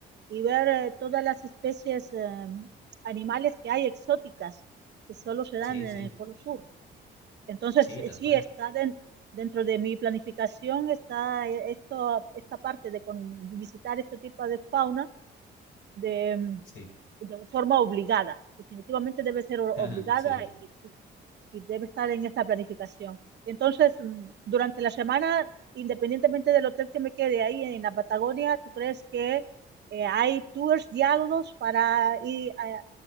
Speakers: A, on the right; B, on the left.
A: y ver eh, todas las especies eh, animales que hay exóticas que solo se dan
B: Sí,
A: en
B: sí,
A: el Polo Sur. Entonces,
B: sí,
A: eh,
B: tal
A: sí,
B: cual.
A: está den- dentro de mi planificación, está eh, esto, esta parte de con- de visitar este tipo de fauna de, mm,
B: Sí,
A: de forma obligada. Definitivamente debe ser o-
B: <laughs>
A: obligada
B: sí.
A: y, y- y debe estar en esta planificación. Entonces, mm, durante la semana, independientemente del hotel que me quede ahí en la Patagonia, ¿tú crees que eh, hay tours guiados para ir a,